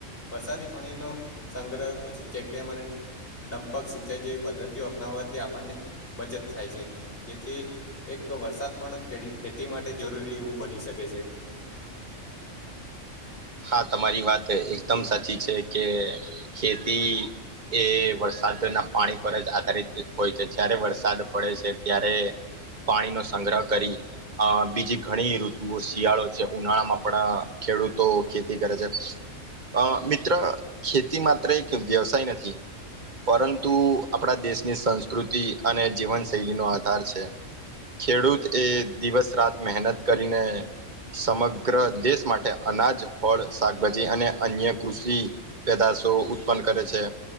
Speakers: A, on the left (about 45°); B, on the right (about 35°).
A: વરસાદી પાણી નો સંગ્રહ પછી ચેકડેમ અને ડંપક સિંચાઈ જેવી પદ્ધતિઓ અપનાવવાથી આપણને બચત થાય છે જેથી એક વરસાદ પણ ખેડી-ખેતી માટે જરૂરી એવું બની શકે છે.
B: હા, તમારી વાત એકદમ સાચી છે કે ખેતી એ વરસાદના પાણી પર જ આધારિત હોય છે. જ્યારે વરસાદ પડે છે ત્યારે પાણીનો સંગ્રહ કરી અહ બીજી ઘણી ઋતુઓ શિયાળો છે ઉનાળા માં આપડા ખેડૂતો ખેતી કરે છે. અહ મિત્ર ખેતી માત્ર એક વ્યવસાય નથી પરંતુ આપડા દેશની સંસ્કૃતિ અને જીવનશૈલીનો આધાર છે. ખેડૂત એ દિવસ રાત મહેનત કરીને સમગ્ર દેશ માટે અનાજ ફળ શાકભાજી અને અન્ય કૃષિ પેદાશો ઉત્પન્ન કરે છે.